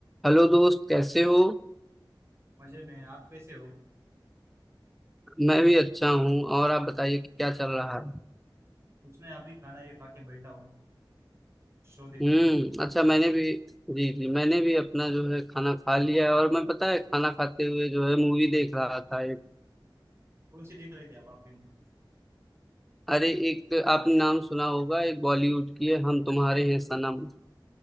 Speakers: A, in the centre; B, on the right.
A: Hello दोस्त कैसे हो
B: मजे में आप कैसे हो
A: मैं भी अच्छा हूँ और आप बताइए कि क्या चल रहा है
B: कुछ नहीं अभी खाना ये खा के बैठा हूँ शो देखते
A: हम्म
B: हुए
A: अच्छा मैंने भी जी जी मैंने भी अपना जो है खाना खा लिया है और मैं पता है खाना खाते हुए जो है मूवी देख रहा था एक
B: कौन सी देख रहे थे आप आप दिन को
A: अरे एक आपने नाम सुना होगा एक बॉलीवुड की है हम तुम्हारे हैं सनम